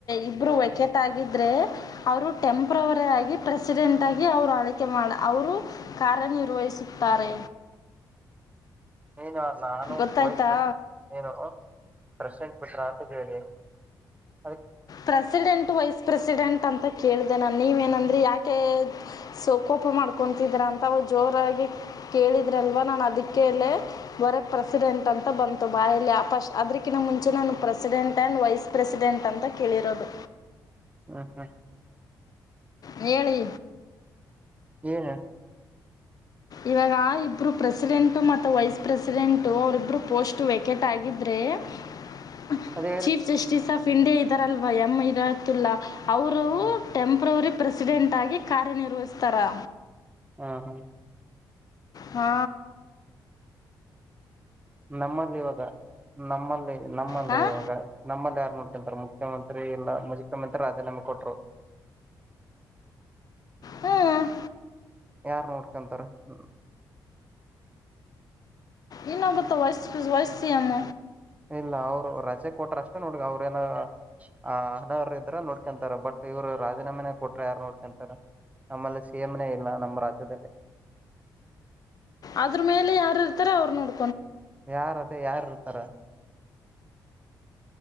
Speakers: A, on the left; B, on the right.
A: ಇಬ್ರು ವೇಕೆ ಆಗಿದ್ದರೆ ಅವರು ಟೆಂಪ್ರವರಿ ಆಗಿ ಪ್ರೆಸಿಡೆಂಟ್ ಆಗಿ ಅವರು ಆಳಿವಿಕೆ ಮಾಡ ಅವರು ಕಾ ಕಾರ್ಯನಿರ್ವಹಿಸುತ್ತಾರೆ.
B: ಏನು ನಾನುಯ
A: ಗೊತ್ತಾಯ್ತಾ
B: ವಾಯ್ಸ್ ಪ್ರೆಸಿಡೆಂಟ್ ನೀಏನು ಪ್ರಶಟ್ ಪಟ್ರಾಂತ <unintelligible>
A: ಪ್ರೆಸಿಡೆಂಟ್ ವೈಸ್ ಪ್ರೆಸಿಡೆಂಟ್ ಅಂತ ಕೇಳಿದೆ ನಾನ್ ನೀವ ಏನಂದ್ರೆ ಯಾಕೆ ಸೋಕೋಪ ಮಾಡ್ಕೊತಿದ್ರ ಅಂತ ಅವ ಜೋರಾಗಿ ಕೇಳಿದ್ರಲ್ವಾ ನಾನು ಅದಕ್ಕೆ ಎಲ್ಲ ಹೊರಗ ಪ್ರೆಸಿಡೆಂಟ್ ಅಂತ ಬಂತು ಬಾಯಲ್ಲಿಪ ಅದಕಿಂತ ಮುಂಚೆ ನಾನು ಪ್ರೆಸಿಡೆಂಟ್ ಅಂಡ್ ವೈಸ್ ಪ್ರೆಸಿಡೆಂಟ್ ಅಂತ ಕೇಳಿರೋದು.
B: ಹ್ಮ ಹಾ
A: ಹೇಳಿ
B: ನಿನ್ <unintelligible>
A: ಇವಾಗ ಆ ಇಬ್ರು ಪ್ರೆಸಿಡೆಂಟ್ ಮತ್ ವೈಸ್ ಪ್ರೆಸಿಡೆಂಟ್ ಅವರಿಬ್ರು ಪೋಸ್ಟ್ ವೆೇಕೆಟ್ ಆಗಿದ್ರೆ. ಸೇ
B: ಅದೇ
A: ಚೀಫ್ ಜಸ್ಟಿಸ್ ಆಫ್ ಇಂಡಿಯಾ ಇದ್ದಾರಲ್ವಾ ಎಮ್ ಇರತುಲ್ಲಾ ಅವರು
B: ಹಾ
A: ಟೆಂಪ್ರವರಿ ಪ್ರೆಸಿಡೆಂಟಾಗಿ ಕಾರ್ಯನಿರ್ವಹಿಸ್ತಾರಾ.
B: ಹ್ಮ ಹ್ಮ್
A: ಹಾ
B: ನಮ್ಮಲ್ಲಿ ಇವಾಗ ನಮ್ಮಲ್ಲಿ ನಮ್ಮಲ್ಲೇ
A: ಹಾಂ
B: ಇವಾಗ ನಮ್ಮಲ್ಲಿ ಯ ನೋಡ್ಕಂತಾರ ಮುಖ್ಯಮಂತ್ರಿ ಇಲ್ಲ ಮುಖ್ಯಮಂತ್ರಿ ರಾಜೀನಾಮೆ ಕೊಟ್ರು. <unintelligible>
A: ಹ್ಮ್
B: ಯಾರ್ ನೋಡ್ಕಂತಾರ ಹ್ಮ
A: ಇನ್ನೊಬತ್ತ ವಯಸ್ಸ ವಯಸ್ಸ ಎಮ್
B: ಇಲ್ಲ ಅವ್ರು ರಜೆ ಕೊಟ್ರ ಅಷ್ಟೇ ನೋಡ್ ಅವ್ರೇಏನ ಆ ಅನರ ಇದ್ರ ನೋಡ್ಕೊಂತಾರ ಬಟ್ ಇವ್ರು ರಾಜೀನಾಮೆನೇ ಕೊಟ್ರ ಯಾರ್ ನೋಡ್ಕಂತಾರ ನಮ್ಮಲ್ಲಿ ಸಿಎಂನೆೇ ಇಲ್ಲ ನಮ್ಮ ರಾಜ್ಯದಲ್ಲಿ <unintelligible>
A: ಅದ್ರ ಮೇಲೆ ಯಾರು ಇರ್ತಾರ ಅವ್ರ ನೋಡ್
B: ಯಾರದ ಯಾರ್ ಇರ್ತಾರ